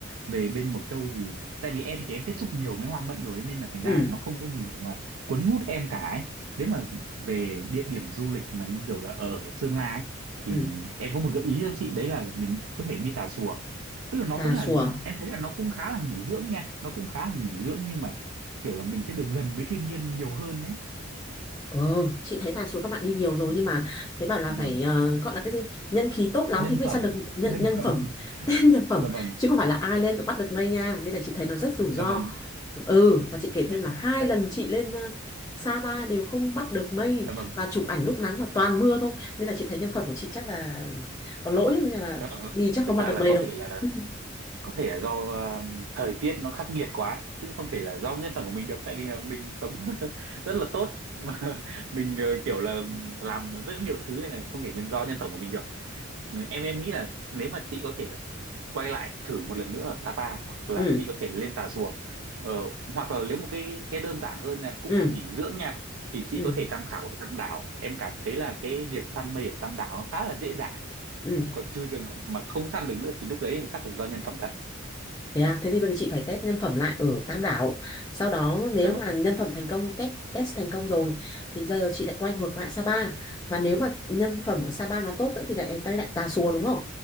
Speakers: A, on the right; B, on the left.
A: về bên Mộc Châu thì tại vì em thì em tiếp xúc nhiều với hoa mận rồi ấy, nên là thành ra
B: ừ
A: là nó không có gì để mà cuốn hút em cả ấy. Nếu mà về địa điểm du lịch mà như kiểu là ở Sơn La ấy, thì
B: ừ
A: em có một gợi ý cho chị đấy là mình có thể đi Tà Xùa tức là nó
B: tà
A: vẫn là
B: xùa
A: em thấy là nó cũng khá là nghỉ dưỡng nha nó cũng khá là nghỉ dưỡng nhưng mà kiểu là mình sẽ được gần với thiên nhiên nhiều hơn đấy
B: Ờ, chị thấy là số các bạn đi nhiều rồi nhưng mà thấy bảo là
A: dạ
B: phải
A: vâng
B: ờ, gọi là cái gì nhân khí tốt lắm
A: nhân
B: thì mới
A: phẩm
B: săn được nhân
A: nhân
B: nhân
A: phẩm
B: phẩm
A: <laughs>
B: <laughs> tên nhân phẩm
A: dạ vâng
B: chứ không phải là ai lên cũng bắt được mây nha nên là chị thấy nó rất rủi ro
A: dạ vâng
B: ừ và chị kể
A: Đấy,
B: thêm là hai
A: đấy,
B: lần chị lên ờ, Sapa đều không bắt được mây
A: dạ vâng.
B: và chụp ảnh lúc nắng mà toàn mưa thôi nên là chị thấy nhân phẩm của chị chắc là có lỗi nên là
A: Dạ vâng.
B: đi chắc không
A: Thực
B: bắt
A: ra
B: được
A: là
B: mây
A: có
B: đâu
A: thể là
B: <laughs>
A: có thể là do ờ, thời tiết nó khắc nghiệt quá chứ không thể là do nhân phẩm của mình được tại vì là mình sống <laughs> rất là tốt mà <laughs> mình ờ, kiểu là làm rất nhiều thứ nên là không thể nhân do nhân phẩm của mình được. Em em nghĩ là nếu mà chị có thể là quay lại thử một lần nữa ở Sapa hoặc là
B: ừ
A: chị có thể lên Tà Xùa ờ, hoặc là nếu một cái cái đơn giản hơn là cũng
B: ừ
A: là nghỉ dưỡng nha thì chị
B: ừ
A: có thể tham khảo ở Tam Đảo. Em cảm thấy là cái việc săn mây ở Tam Đảo nó khá là dễ dàng
B: ừ
A: còn trừ trường hợp mà không săn được nữa thì lúc đấy thì chắc là do nhân phẩm thật
B: Thế à, thế thì bây giờ chị phải test nhân phẩm lại ở Tam Đảo. Sau đó nếu
A: dạ vâng
B: mà nhân phẩm thành công, test test thành công rồi thì giờ chị lại quay ngược lại Sapa. Và nếu mà nhân phẩm ở Sapa nó tốt nữa thì lại tay lại Tà Xùa đúng không?